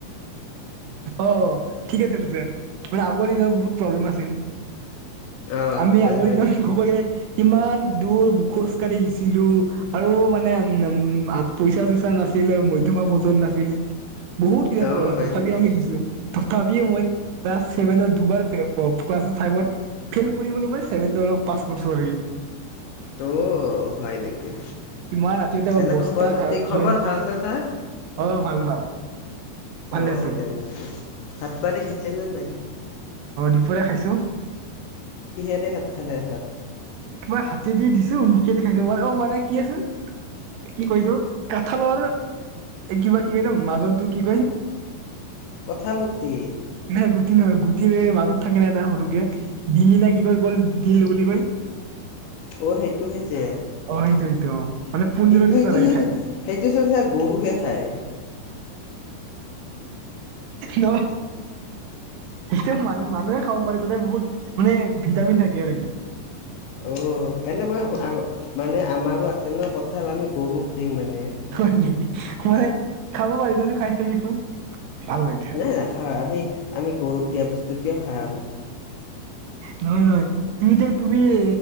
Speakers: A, on the right; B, on the left.
A: অ ঠিকে ধৰিছে মানে আগৰ দিন বহুত প্ৰব্লেম আছিল
B: অ', আচ্ছা
A: আমি আগৰ
B: হয়
A: দিনৰ
B: নেকি?
A: ক'ব এ ইমান দূৰ খোজ কাঢ়ি গিছিলো আৰু মানে উ উম পইচা চইচা নাছিলে মধ্যমা‍ ভোজন নাছিলে বহুত কিবা
B: অ',
A: প্ৰব্লেম
B: হয় নেকি?
A: ক মিলিছ <unintelligible> থাপিও মই ক্লাছ চেভেনত দুবাৰ ক্ল ক্লাছ ফাইভত ফেইল কৰি হলো মই চেভেন তৰ মই পাছ কৰিচো আৰি <unintelligible>
B: ত হয় নেকি
A: কিমান ৰাতি এটা
B: এনে
A: বস্তা
B: খবৰ পাতি
A: ঘাৰত
B: খবৰ
A: লৈ
B: ভালনে ছাৰ
A: অ ভাল ভাল ভালে
B: অ
A: আছো
B: সেনেকি ভাত পানী খাইছে নে নাই
A: <unintelligible> খাইছো।
B: কিহেদি ভাত খালে ছাৰ?
A: কিবা হাত দি দিছো, মুখে দে খাইছো। ম অ মানে কি আছিল কি কৈছোঁ কাঠালৰ কিবা কি কো মাজতো কি কয়?
B: কঁঠালগুটি।
A: নাই গুটি নহয় গুটিৰে মাজত থাকে ন এটা সৰুকে। দিলি না কি কয় কল দিল বুলি কয়।
B: অ সেইটো খাইছে?
A: অ সেইটো সেইটো মানে পোন্ধৰ
B: সেইটো
A: নিচিনা
B: সেইটো
A: লাগে
B: চ
A: খাই
B: সেইটো চোন চাৰ গৰুহে খায়।
A: ন সেইটো মানু মানুহে খাব পাৰি। তাতে বহুত মানে ভিটামিন থাকে আৰু কি।
B: অ এনে মই মানে আমাৰো আছে। তেনকা কঁঠাল আমি গৰুক দিও মানে।
A: হয় নেকি? মানে খাব পাৰি। তই খাই চাবিচোন। ভাল লাগে খাই
B: নাই নাখাওঁ। আমি আমি গৰুক দিয়া বস্তু কিয় খাম?
A: নহয়, নহয়। তুমি ত তুমি এ